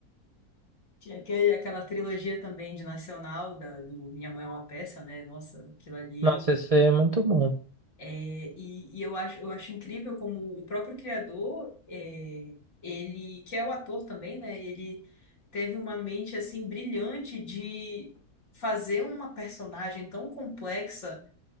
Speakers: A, on the left; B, on the right.
A: Tinha aquele, aquela trilogia também de Nacional, da, do Minha Mãe é uma Peça, né? Nossa, aquilo ali.
B: Nossa, esse aí é muito bom.
A: É, e, e eu acho, eu acho incrível como o próprio criador, é, ele, que é o ator também, né? Ele teve uma mente assim brilhante de fazer uma personagem tão complexa